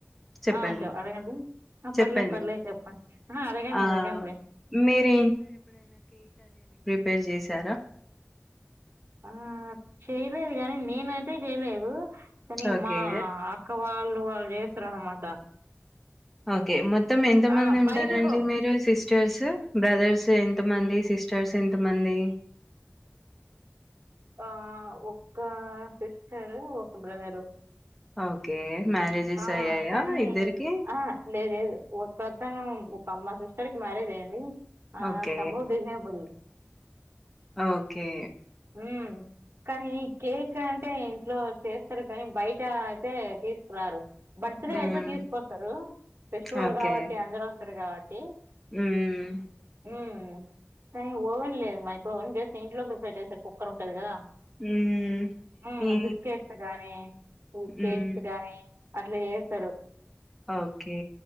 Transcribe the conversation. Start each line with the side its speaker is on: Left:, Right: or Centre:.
Centre: చెప్పండి
Right: ఆ అడగండి
Centre: చెప్పండి
Right: చెప్పండి అడగండి
Centre: ఆ
Right: అడగండి లే
Centre: మీరు పెళ్లి చేశారా
Right: ఆ చేయలేదు, గాని నేనైతే చేయలేదు. కాని
Centre: ఓకే
Right: మా అక్క వాల్ వాళ్ళు చేస్తారనమాట
Centre: ఓకే మొత్తం ఎంత మంది
Right: ఆ!
Centre: ఉంటారండి
Right: బయటకు
Centre: మీరు సిస్టర్సు బ్రదర్స్ ఎంత మంది సిస్టర్స్ ఎంత మంది
Right: ఆ ఒక్క సిస్టరు ఒక బ్రదరు
Centre: ఓకే. మ్యారేజెస్
Right: ఆ
Centre: అయ్యాయా
Right: కాని
Centre: ఇద్దరికి?
Right: ఆ లేదు లేదు ఒకతను తం మా సిస్టర్ కి మ్యారేజ్ అయింది. ఆ
Centre: ఓకే.
Right: సమోదేనే బల్ <unintelligible>
Centre: ఓకే
Right: హ్మ్ కానీ కేక్ అంటే ఇంట్లో చేస్తారు కానీ బయట అయితే తీసుకురారు. బర్త్ డే
Centre: హ్మ్.
Right: అయితే తీసుకొస్తరు ఫెస్టివల్
Centre: ఓకే.
Right: కాబట్టి అందరూ అక్కడ కాబట్టి
Centre: హ్మ్
Right: హ్మ్ కానీ ఓవెన్ లేదు మైక్రోఓవెన్ జస్ట్ ఇంట్లో ప్రిపేర్ చేస్తారు. కుక్కర్ ఉంటది కదా
Centre: హ్మ్.
Right: హ్మ్
Centre: ఈ
Right: బిస్కెట్ గాని
Centre: హ్మ్.
Right: కేక్స్ గాని అట్లా చేస్తరు
Centre: ఓకే.